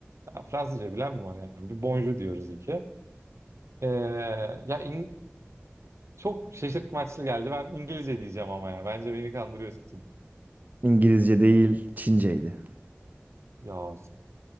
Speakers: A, on the right (about 80°); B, on the right (about 40°).
A: ya Fransızca bilen mi var yani? Bir bonjour diyoruz iyi ki. Ee, ya in- çok şaşırtmaçlı geldi. Ben İngilizce diyeceğim ama ya. Bence beni kandırıyorsun.
B: İngilizce değil, Çinceydi.
A: Ya